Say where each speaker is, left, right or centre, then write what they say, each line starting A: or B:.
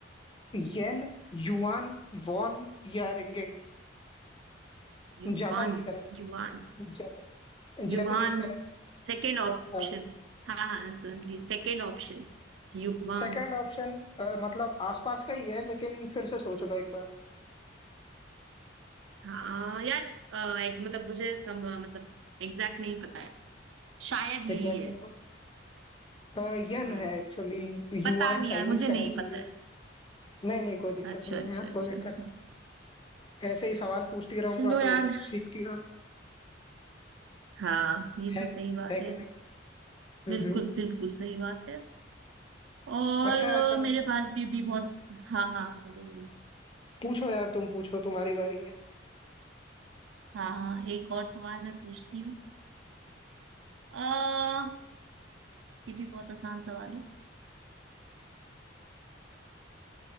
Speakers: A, on the left (about 25°); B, on the right (about 75°).
A: येन युआन वॉन या रिंगेट
B: Yuan
A: जापान की करेंसी
B: yuan
A: जाप,
B: yuan
A: जापानीज करेंसी
B: second option
A: हाँ
B: हाँ हाँ सर ये सेकेंड ऑप्शन युवान
A: सेकंड ऑप्शन मतलब आसपास का ही है लेकिन फिर से सोच लो एक बार
B: हाँ यार अ, एक, मतलब मुझे सम, मतलब एग्जैक्ट नहीं पता है शायद यही
A: एग्जैक्टली
B: है
A: अ, यन
B: हम्म
A: है एक्चुअली
B: पता
A: युआन
B: नहीं
A: चाइनीज
B: यार मुझे
A: करेंसी
B: नहीं पता
A: है नहीं नहीं कोई दिक्कत
B: है अच्छा
A: नहीं
B: अच्छा
A: है यार
B: अच्छा
A: कोई दिक्कत
B: अच्छा
A: ऐसे ही सवाल पूछती रहूंगा
B: चलो यार
A: तो सीखती रह
B: हाँ ये
A: है
B: तो सही बात
A: है कि
B: है
A: नहीं हम्म
B: बिल्कुल
A: हम्म।
B: बिल्कुल सही बात है और
A: अच्छा यार
B: अ,
A: चलो
B: मेरे पास भी अभी बहुत हाँ हाँ बोलो बोलो
A: पूछो यार तुम पूछो तुम्हारी बारी है
B: हाँ हाँ एक और सवाल मैं पूछती हूँ अः ये भी बहुत आसान सवाल है